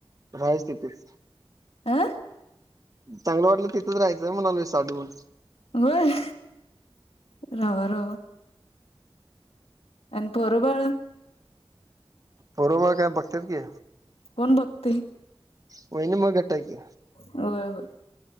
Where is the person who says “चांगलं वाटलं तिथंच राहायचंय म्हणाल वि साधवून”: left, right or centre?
Right